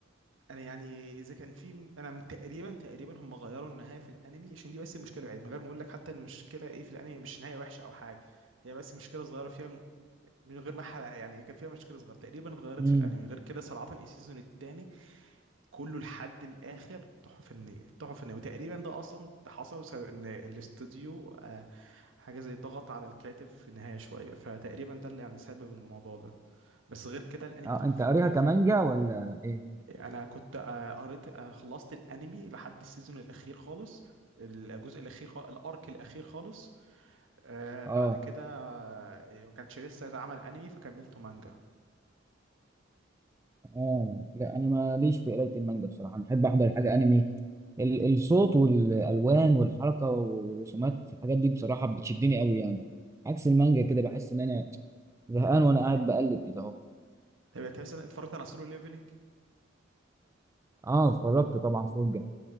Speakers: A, on the right; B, on the right.
A: انا يعني اذا كان في انا من تقريبا تقريبا هم غيروا النهايه في الانمي عشان دي بس المشكله الوحيده من غير ما اقول لك حتى المشكله ايه في الانمي مش نهايه وحشه او حاجه هي بس مشكله صغيره فيها من من غير ما احرق يعني كان فيها مشكله صغيره تقريبا اتغيرت
B: امم
A: في الانمي غير كده صراحه السيزون الثاني كله لحد الاخر تحفه فنيه تحفه فنيه وتقريبا ده اصلا ده حصل بسبب ان الاستوديو آه، حاجه زي ضغط على الكاتب في النهايه شويه فتقريبا ده اللي يعني سبب الموضوع ده بس غير كده الانمي
B: اه
A: تحفه
B: انت
A: فنيه
B: قاريها كمانجا
A: فعلا
B: ولا ايه
A: انا كنت آه، قريت آه، خلصت الانمي لحد السيزون الاخير خالص الجزء الاخير خالص الارك الاخير خالص آه
B: اه
A: بعد كده آه، ما كانش لسه اتعمل انمي فكملته مانجا
B: اه لا انا ماليش في قرايه المانجا بصراحه انا احب احضر حاجه انمي ال- الصوت والالوان والحركه والرسومات الحاجات دي بصراحه بتشدني قوي يعني عكس المانجا كده بحس ان انا زهقان وانا قاعد بقلب كده اهو
A: طب انت مثلا اتفرجت على سولو ليفلنج
B: اه اتفرجت طبعا فرجه